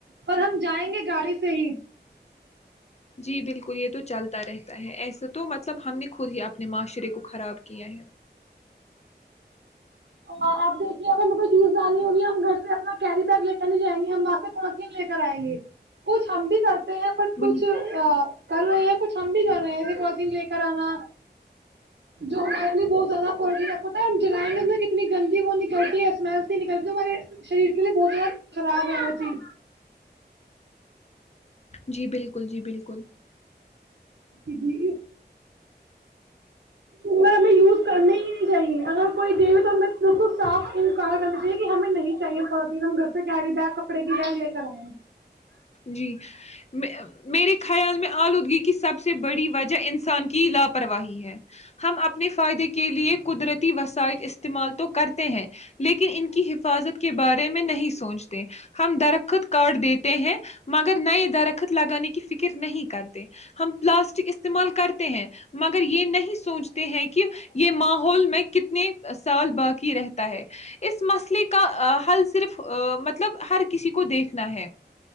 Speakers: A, on the right; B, on the left.
A: اور ہم جائیں گے گاڑی سے ہی
B: جی بالکل یہ تو چلتا رہتا ہے ایسے تو مطلب ہم نے خود ہی اپنے معاشرے کو خراب کیا ہے
A: آپ دیکھیے اب ہمیں کوئی چیز جانی ہوگی ہم گھر سے اپنا کیری بگ لے کر نہیں جائیں گے ہم لے کر آئیں گے کچھ ہم بھی کرتے ہیں ب
B: بنی-
A: کچھ کر رہے ہیں کچھ ہم بھی کر رہے ہیں پال لے کر آنا جو ہم بہت زیادہ پتا جلائیں گے اتنی گندی وہ نکلتی ہے اسمیل ت نکلتی تارے شریر کے لیے بہت ز خراب ہے وہ
B: جی بالکل جی بالکل
A: جی جی ہمیں یوز کرنی ہی چاہیے اگر کوئی دھ تو ہم بک کو صاف کرنا چاہے کہ ہمیں نہیں چاہیے تھوڑا چیز ہم گھر سے کیری بیگ کپڑے کی بیگ لے کر آئے ہیں
B: جی میں میرے خیال میں آلو گی کی سب سے بڑی وجہ انسان کے کی لاپرواہی ہے ہم اپنے فائدے کے لیے قدرتی ت بس <unintelligible> سائٹ استعمال تو کرتے ہیں لیکن ان کی حفاظت کے بارے میں میں نہیں سوچتے ہم درخت کارڈ دیتے ہیں مگر نئے درخت لگانے کی فکر نہیں کرتے ہم پلاسٹک استعمال کرتے ہیں مگر یہ نہیں سوچتے ہیں کہ یہ ماحول میں کتنے سال باقی رہتا ہے اس مسئلے کا حل صرف مطلب ہر کسی کو دیکھنا ہے